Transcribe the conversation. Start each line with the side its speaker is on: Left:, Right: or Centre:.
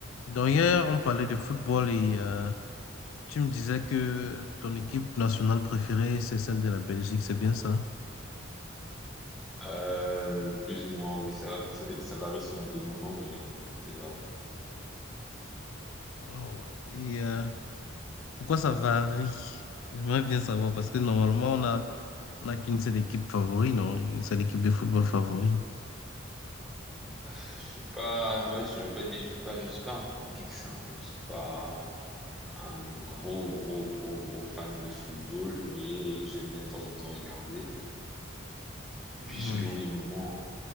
Left: Donc hier, on parlait de football et euh, tu me disais que ton équipe nationale préférée, c'est celle de la Belgique, c'est bien ça?
Centre: Euh, plus ou moins, oui. Ça, après, ça, dé- ça varie selon les moments, mais euh, c'est ça. ouais.
Left: Wow. Et euh, pourquoi ça varie? J'aimerais bien savoir parce que normalement, on a, on a qu'une seule équipe favori, non? Une seule équipe de football favori.
Centre: Ah, Je suis pas. En fait, je vais pas dire, je suis pas, je suis pas un footix, hein. Je suis pas un gros, gros, gros, gros fan de football, mais j'aime bien de temps en temps regarder. Et puis
Left: Mhm.
Centre: selon les moments,